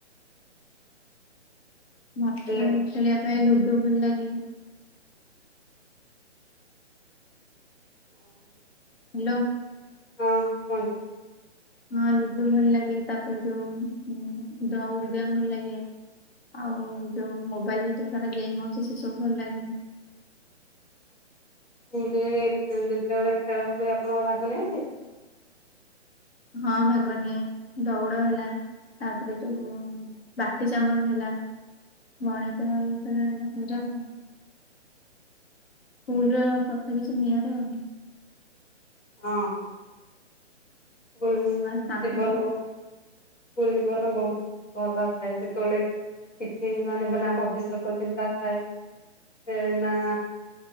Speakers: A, on the left (about 55°); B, on the left (about 75°).
A: ମତେ
B: ହ୍ୟାଲୋ।
A: ଖେଳିବା ପାଇଁ ଲୁଡୁ ଭଲ ଲାଗେ।
B: ଓହୋ
A: ହ୍ୟାଲୋ
B: ହଁ କୁହନ୍ତୁ
A: ହଁ ଲୁଡୁ ଭଲ ଲାଗେ ତାପରେ ଯୋଉଁ ଉଦଉଡିଆ ଭଲ ଲାଗେ ଆଉ ଯୋଉ ମୋବାଇଲରେ ଯୋଉ ସାରା ଗେମ ଅଛି ସେ ସବୁ ଭଲ ଲାଗେ
B: <inaudible> ସ୍କୁଲରେ ଯେତେବେଳେ ଖେଳ ହୁଏ ଆପଣ ଭାଗ ନିଅନ୍ତି।
A: ହଁ ଭାଗନିଏ ଦଉଡ଼ ହେଲା ତାପରେ ଯୋଉ ବାଟି ଚାମଚ ହେଲା ଗଣିତଥିଲା ହେଲା ସେଇଟା ଆଉ
B: <inaudible>
A: ସ୍କୁଲରେଉ କଥା କିଛି ନିଆରା ଆଉ
B: ହଁ ସ୍କୁଲ
A: ବାସ୍ ତାଙ୍କ
B: ଯିବା
A: ହିଁ
B: କୁନି ବେଳେ ବହୁତ ଭଲ ଥାଏ ସେତେବେଳେ କିଛି ମାନେ ନା ଭବିଷ୍ୟତ ଚିନ୍ତା ଥାଏ ସେ ନା